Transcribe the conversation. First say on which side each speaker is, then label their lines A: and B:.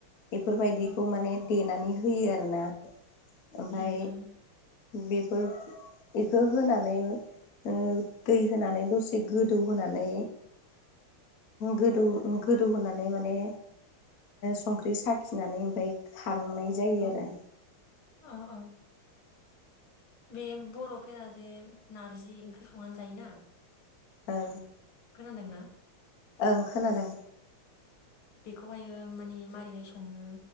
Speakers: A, on the left (about 60°); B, on the left (about 75°).
A: बेफोरबायदिखौ
B: औ
A: माने देनानै होयो आरोना ओमफ्राय
B: उम उम
A: बेफोर बेखौ होनानै ओ दै होनानै दसे गोदौ होनानै गोदौ गोदौ होनानै माने संख्रि साखिनानै ओमफ्राय खांनाय जायो
B: औ
A: आरो
B: औ औ बे बर'फोराजे नारजि ओंख्रि संनानै जायोना
A: औ
B: खोनादोंना
A: ओं खोनादों
B: बेखौहायो माने मारैहाय सङो